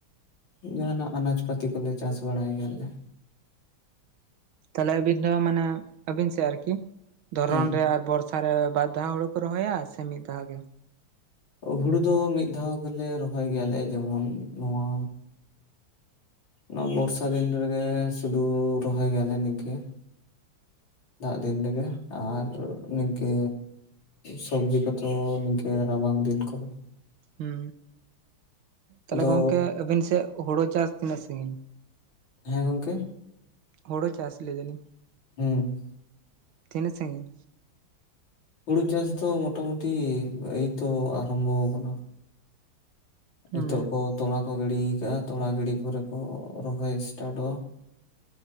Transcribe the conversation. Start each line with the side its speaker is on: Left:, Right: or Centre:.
Left: ᱡᱟᱸᱦᱟᱱᱟᱜ ᱟᱱᱟᱡᱽ ᱯᱟᱹᱛᱤ ᱠᱚ ᱞᱮ ᱪᱟᱥ ᱵᱟᱲᱟᱭ ᱜᱮᱭᱟ ᱞᱮ᱾
Right: ᱛᱟᱦᱞᱮ ᱟᱵᱤᱱ ᱫᱚ ᱢᱟᱱᱮ ᱟᱵᱤᱱ ᱥᱮᱫ ᱟᱨᱠᱤ ᱫᱷᱚᱨᱚᱱ
Left: ᱦᱩᱸ
Right: ᱨᱮ ᱟᱨ ᱵᱚᱨ ᱥᱟᱨᱮ ᱵᱟᱨ ᱫᱷᱟᱣ ᱦᱩᱲᱩ ᱠᱚ ᱨᱚᱦᱚᱭᱟ ᱥᱮ ᱢᱤᱫ ᱫᱷᱟᱣ ᱜᱮ?
Left: ᱦᱩᱲᱩ ᱫᱚ ᱢᱤᱫ ᱫᱷᱟᱣ ᱜᱮᱞᱮ ᱨᱚᱦᱚᱭ ᱜᱮᱭᱟ ᱞᱮ ᱡᱮᱢᱚᱱ ᱱᱚᱣᱟ ᱱᱚᱣᱟ ᱵᱚᱨᱥᱟ ᱫᱤᱱ ᱨᱮ ᱜᱮ ᱥᱩᱫᱩ ᱨᱚᱦᱚᱭ ᱜᱮᱭᱟ ᱞᱮ ᱱᱤᱝᱠᱟᱹ ᱫᱟᱜ ᱫᱤᱱ ᱨᱮ ᱜᱮ ᱟᱨ ᱱᱤᱝᱠᱟᱹ ᱥᱚᱵᱽᱡᱤ ᱠᱚ ᱛᱚ ᱱᱤᱝᱠᱟᱹ ᱨᱟᱵᱟᱝ ᱫᱤᱱ ᱠᱚ ᱨᱮ᱾
Right: ᱦᱩᱸ ᱛᱟᱦᱞᱮ
Left: ᱟᱫᱚ
Right: ᱜᱚᱝᱠᱮ ᱟᱹᱵᱤᱱ ᱥᱮᱜ ᱦᱳᱲᱳ ᱪᱟᱥ ᱛᱤᱱᱟᱹᱜ ᱥᱟᱹᱜᱤᱧ?
Left: ᱦᱮᱸ ᱜᱚᱝᱠᱮ
Right: ᱦᱳᱲᱳ ᱪᱟᱥ ᱞᱮᱭ ᱫᱟᱞᱤᱧ᱾
Left: ᱦᱩᱸ
Right: ᱛᱤᱱᱟᱹᱜ ᱥᱟᱺᱜᱤᱧ?
Left: ᱦᱩᱲᱩ ᱪᱟᱥ ᱫᱚ ᱢᱚᱴᱟᱢᱩᱴᱤ ᱮᱭᱛᱚ ᱟᱨᱚᱢᱵᱚ ᱠᱟᱱᱟ
Right: ᱦᱩᱸ
Left: ᱱᱤᱛᱚᱜ ᱠᱚ ᱛᱚᱲᱟ ᱠᱚ ᱜᱤᱲᱤ ᱠᱟᱜᱼᱟ ᱛᱚᱲᱟ ᱜᱤᱲᱤ ᱯᱚᱨᱮ ᱠᱚ ᱨᱚᱦᱚᱭ ᱥᱴᱟᱴᱚᱜᱼᱟ